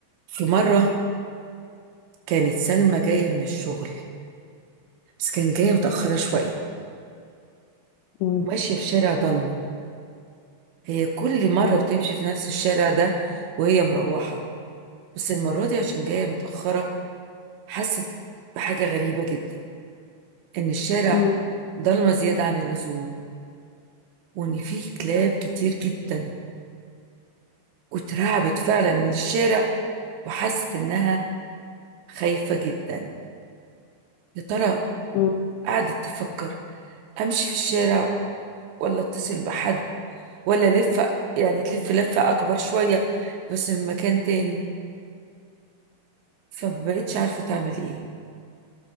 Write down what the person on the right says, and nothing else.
في مرة كانت سلمى جاية من الشغل بس كانت جاية متأخرة شوية
وماشية في شارع ضلمة هي كل مرة
بتمشي في نفس الشارع ده وهي مروحة بس المرة دي عشان جاية متأخرة حست بحاجة غريبة جدا إن الشارع
ضلمة زيادة عن اللزوم وإن فيه كلاب كتير جدا واترعبت فعلا من الشارع وحست إنها خايفة جدا يا ترى
قعدت تفكر أمشي في الشارع ولا أتصل بحد ولا لفة يعني تلف لفة أكبر شوية بس من مكان تاني فمبقتش عارفة تعمل إيه